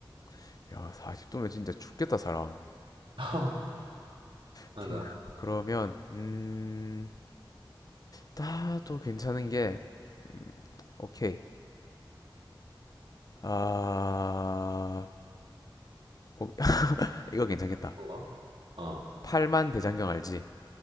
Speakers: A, on the left; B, on the right.
A: <laughs> 야, 40도면 진짜 죽겠다, 사람.
B: <laughs> 맞아.
A: 오케이. 그러면 음, 따도 괜찮은 게 음, 오케이. 아, 어, 이거 괜찮겠다.
B: 뭔가? 어,
A: 팔만 대장경 알지?